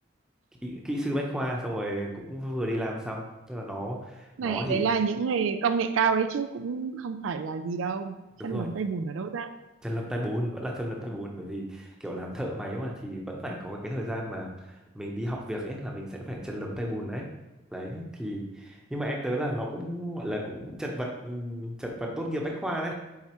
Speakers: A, in the centre; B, on the right.
A: kỹ, kỹ sư bách khoa xong rồi cũng vừa đi làm xong tức là nó
B: này
A: nó thì
B: đấy là những nghề công nghệ cao đấy chứ cũng không phải là gì đâu
A: đúng
B: chân
A: rồi
B: lấm tay bùn ở đâu ra
A: chân lâm tay bùn vẫn là chân lâm tay bùn bởi vì kiểu làm thợ máy mà thì vẫn phải có cái thời gian mà mình đi học việc ấy là mình sẽ phải chân lấm tay bùn đấy đấy thì nhưng mà em tớ là nó cũng gọi là cũng chật vật ừm, chật vật tốt nghiệp bách khoa đấy